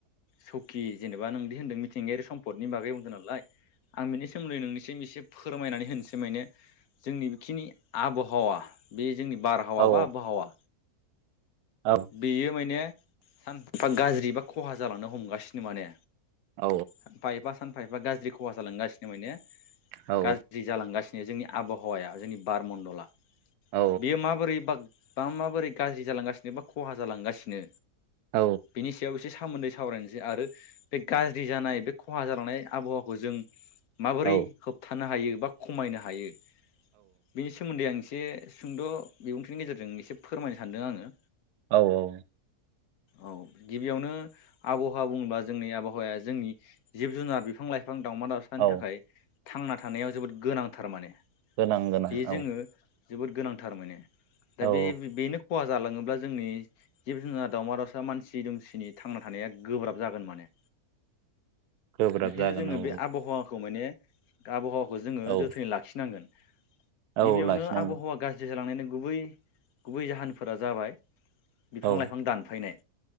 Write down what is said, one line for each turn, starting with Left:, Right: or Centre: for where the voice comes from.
Left: सौकि जेनेबा नोंदि होनदों मिथिंगायारि सम भटनि बागै बुंदों नालाय आं बिनि सोमोन्दै नोंनिसिम एसे फोरमायनानै होनोसै माने जोंनि बेखिनि आबहावा बे जोंनि बारहावा
Right: औ
Left: बा आबहावा
Right: औ
Left: बेयो माने सानफा गाज्रि बा खहा जालांनो हमगासिनो माने
Right: औ
Left: सानफा एफा सानफा एफा गाज्रि खहा जालांगासिनो माने
Right: औ
Left: गाज्रि जालांगासिनो जोंनि आबहावाया जोंनि बारमण्डला
Right: औ
Left: बेयो माबोरै बा बा माबोरै गाज्रि जालांगासिनो बा खहा जालांगासिनो
Right: औ
Left: बिनि सायाव एसे सामोन्दै सावरायनोसै आरो बे गाज्रि जानाय बे खहा जालांनाय आबहावाखौ जों माबोरै
Right: औ
Left: होबथानो हायो बा खमायनो हायो बिनि सोमोन्दै आं एस से सुंद' बिबुंथिनि गेजेरजों एसे फोरमायनो सानदों आङो।
Right: औ औ।
Left: औ गिबियावनो आबहावा बुङोब्ला जोंनि आबहावाया जोंनि जिब जुनार बिफां लाइ फां दाउमा दावसानि
Right: औ
Left: थाखाय थांना थानायाव जोबोद गोनांथार माने।
Right: नांगोनां
Left: बे जोङो
Right: औ।
Left: जोबोद गोनांथार माने दा
Right: औ
Left: बे बेनो खहा जालाङोब्ला जोंनि जिब जुनार, दाउमा दावसा, मानसि दुमसिनि थांना थानाया गोब्राब जागोन माने।
Right: <inaudible> गोब्राब
Left: बेखायनो
Right: जागोन
Left: जोङो
Right: औ
Left: बे आबहावा खौ माने आबहावाखौ जोङो
Right: औ
Left: जोथोनै लाखिनांगोन।
Right: औ
Left: गिबियावनो
Right: लाखिनांगोन
Left: आबहावा गाज्रि होलांनायनि गुबै गुबै जाहोनफोरा जाबाय बिफां
Right: औ
Left: लाइफां दानफायनाय,